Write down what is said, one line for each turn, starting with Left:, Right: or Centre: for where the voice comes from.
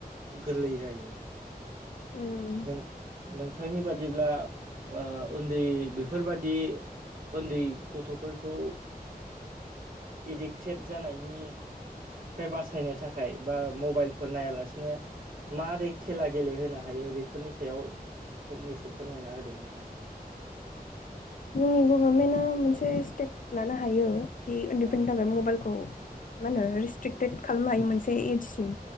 Right: गोरलै जायो।
Left: ओम,
Right: नों नोंथांनि बादिब्ला, ओ उन्दै बेफोरबायदि, उन्दै गथ'फोरखौ - एडिक्टेड जानायनि- -फ्राय बासायनो थाखाय बा मबाइलफोर नायालासिनो, माबोरै खेला गेलेहोनो हायो? बेफोरनि सायाव फंनैसो फोरमायना होदो नोंथाङा। <inaudible>
Left: <unintelligible> गभारमेन्टआ मोनसे स्टेप लानो हायो। कि उन्दैफोरनि
Right: ओ
Left: थाखाय मबाइलखौ- मा होनो रिस्ट्रिकटेड खालामनो हायो, मोनसे एजसिम,